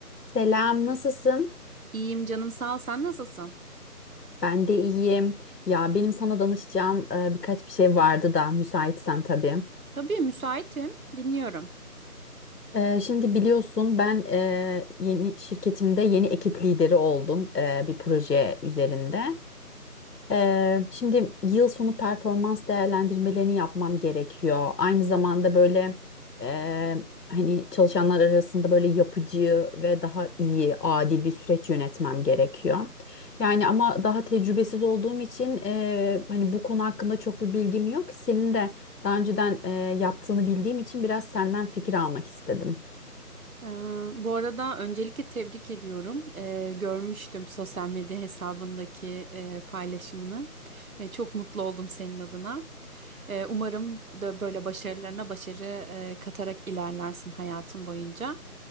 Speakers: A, on the left; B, on the right.
A: Selam, nasılsın?
B: İyiyim canım sağ ol. Sen nasılsın?
A: Ben de iyiyim. Ya benim sana danışacağım e, birkaç bir şey vardı da müsaitsen tabii.
B: Tabii müsaitim. Dinliyorum.
A: E, şimdi biliyorsun ben e, yeni şirketimde yeni ekip lideri oldum e, bir proje üzerinde. Ee, şimdi yıl sonu performans değerlendirmelerini yapmam gerekiyor. Aynı zamanda böyle e, hani çalışanlar arasında böyle yapıcı ve daha iyi, adil bir süreç yönetmem gerekiyor. Yani ama daha tecrübesiz olduğum için e, hani bu konu hakkında çok bir bilgim yok. Senin de daha önceden e, yaptığını bildiğim için biraz senden fikir almak istedim.
B: Ee, bu arada öncelikle tebrik ediyorum. Ee, görmüştüm sosyal medya hesabındaki e, paylaşımını. E, çok mutlu oldum senin adına. E, umarım da böyle başarılarına başarı e, katarak ilerlersin hayatın boyunca.